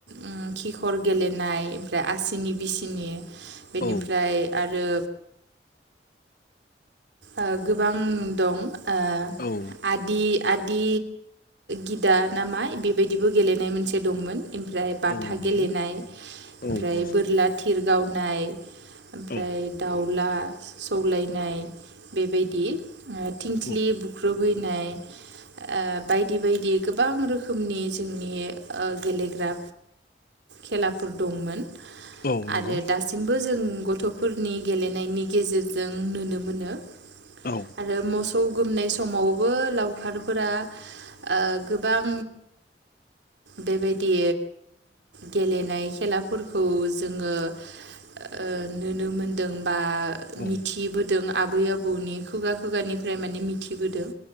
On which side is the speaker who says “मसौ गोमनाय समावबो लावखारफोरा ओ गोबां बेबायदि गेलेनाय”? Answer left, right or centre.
Right